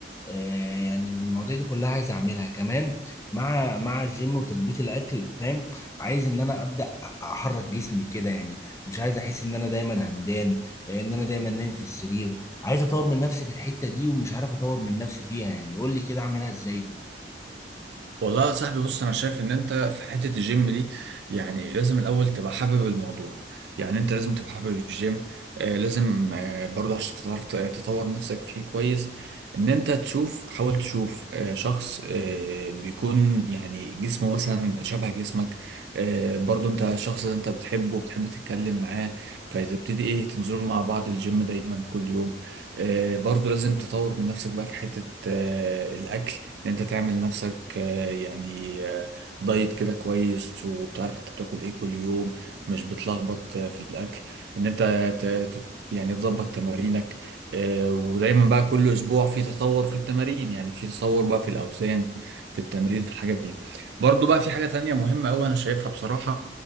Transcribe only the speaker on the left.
آه، يعني المواضيع دي كلها عايز اعملها كمان مع مع الجيم وتظبيط الاكل فاهم عايز ان انا ابدا أ- احرك جسمي كده يعني مش عايز احس ان انا دايما همدان آه، ان انا دايما نايم في السرير عايز اطور من نفسي في الحتة دي ومش عارف اطور من نفسي فيها يعني قول لي كده اعملها ازاي دي